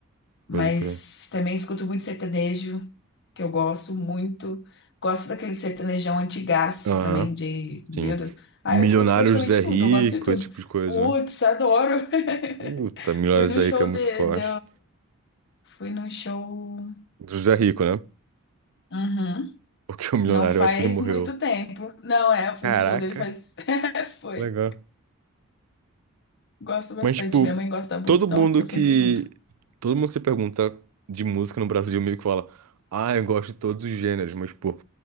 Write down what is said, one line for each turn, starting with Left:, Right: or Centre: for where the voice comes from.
Left: Mas
Right: Pode crer.
Left: também escuto muito sertanejo, que eu gosto muito. Gosto daquele sertanejão antigaço
Right: Aham.
Left: também, de. Meu
Right: Sim.
Left: Deus. Ah,
Right: Milionário
Left: eu escuto praticamente
Right: Zé Rico,
Left: tudo, eu gosto de tudo.
Right: esse tipo de coisa,
Left: Putz,
Right: né?
Left: adoro!
Right: Puta,
Left: <laughs>
Right: Milionário
Left: Fui
Right: Zé
Left: no show
Right: Rico é muito
Left: de,
Right: forte.
Left: de... Fui no show.
Right: Do Zé Rico, né? <laughs>
Left: Uhum.
Right: Porque o milionário,
Left: Não faz
Right: eu acho que ele morreu.
Left: muito tempo. Não, é, eu fui
Right: Caraca.
Left: no show dele faz. <laughs> Foi.
Right: Legal.
Left: Gosto bastante.
Right: Mas, tipo,
Left: Minha mãe gosta muito,
Right: todo
Left: então
Right: mundo
Left: eu tô sempre
Right: que.
Left: junto.
Right: Todo mundo que se pergunta de música no Brasil meio que fala, ah, eu gosto de todos os gêneros, mas, pô,